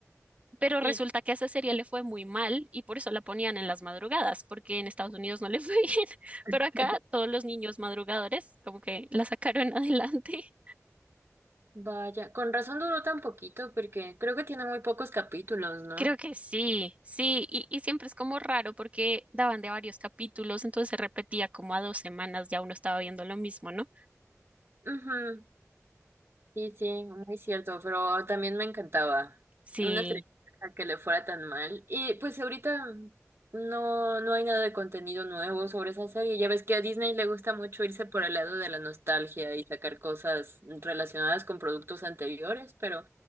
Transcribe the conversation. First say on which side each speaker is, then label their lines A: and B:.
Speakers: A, on the right (about 25°); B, on the right (about 50°).
A: Pero
B: Sí.
A: resulta que a esa serie le fue muy mal y por eso la ponían en las madrugadas, porque en Estados Unidos no le fue <laughs> bien,
B: <laughs>
A: pero acá todos los niños madrugadores como que la sacaron <laughs> adelante.
B: Vaya, con razón duró tan poquito, porque creo que tiene muy pocos capítulos, ¿no?
A: Creo que sí, sí, y, y siempre es como raro porque daban de varios capítulos, entonces se repetía como a dos semanas, ya uno estaba viendo lo mismo, ¿no?
B: Ujú, Sí, sí, muy cierto, pero también me encantaba.
A: Sí.
B: Y Una tristeza que le fuera tan mal. Y pues ahorita no, no hay nada de contenido nuevo sobre esa serie. Ya ves que a Disney le gusta mucho irse por el lado de la nostalgia y sacar cosas relacionadas con productos anteriores, pero